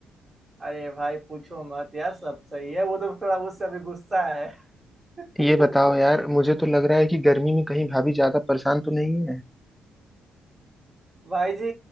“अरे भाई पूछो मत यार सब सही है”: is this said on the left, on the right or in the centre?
Right